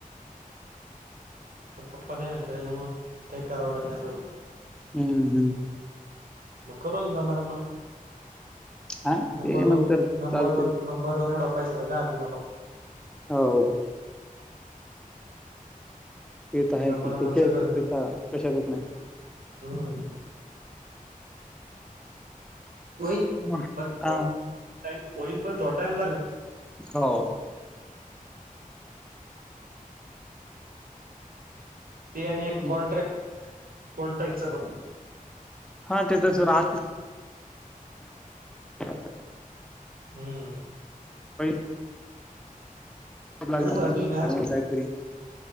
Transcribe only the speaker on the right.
पण पप्पा नाही म्हणत त्यांच्यामुळे काही करा वाडत जास्
मग कर दमा दमान
नंबर
दोन
नंबर
दोन नंबर दोन एवड पैसा तर कायात नाही बाबा
दमा
दमान
सगळं होईल.
हम्म वन
प ट
होईन पण थोडा टाइम लागेल
ते आणि एक
कॉन्ट्रॅक्ट कोणता इचं पघ
हम्म
त्याच्यासाठी
ना